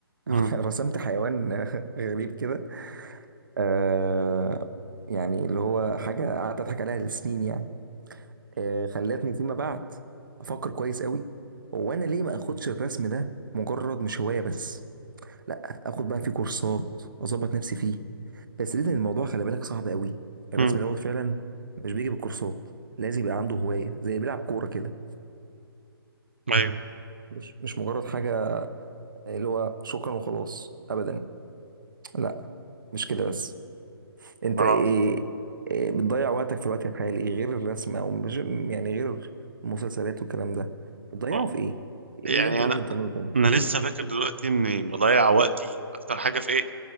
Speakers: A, on the right; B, on the right.
A: <laughs>
B: مم.
A: رسمت حيوان <laughs> غريب كده آه يعني اللي هو حاجه قعدت اضحك عليها لسنين يعني آه خلتني فيما بعد افكر كويس قوي هو انا ليه ما اخدش الرسم ده مجرد مش هوايه بس لا اخد بقى فيه كورسات اظبط نفسي فيه بس لازم الموضوع خلي بالك صعب قوي الرسم
B: مم.
A: دوت فعلا مش بيجي بالكورسات لازم يبقى عنده هوايه زي بيلعب كوره كده
B: ايوه
A: مش مش مجرد حاجه اللي هو شكرا وخلاص ابدا لا مش كده بس انت
B: اه
A: ايه, إيه بتضيع وقتك في الوقت الحالي غير الرسم او مش يعني غير المسلسلات والكلام ده بتضيعه
B: آه.
A: في ايه ايه
B: يعني
A: اللي انت ممكن
B: انا
A: تعمله تاني
B: انا لسه فاكر دلوقتي اني بضيع وقتي اكتر حاجه في ايه